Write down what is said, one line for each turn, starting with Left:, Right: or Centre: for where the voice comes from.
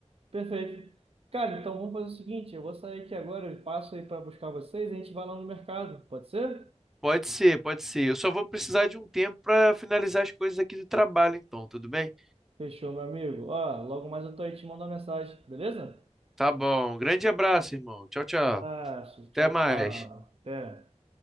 Right: Perfeito. Cara, então vamos fazer o seguinte, eu vou sair aqui agora, eu passo aí para buscar vocês, a gente vai lá no mercado, pode ser?
Centre: Pode ser, pode ser. Eu só vou precisar de um tempo para finalizar as coisas aqui do trabalho, então, tudo bem?
Right: Fechou, meu amigo. Ó, logo mais eu tô aí te mandando uma mensagem, beleza?
Centre: Tá bom. Grande abraço, irmão. Tchau, tchau.
Right: Abraço. Tchau,
Centre: Até mais.
Right: tchau. Até.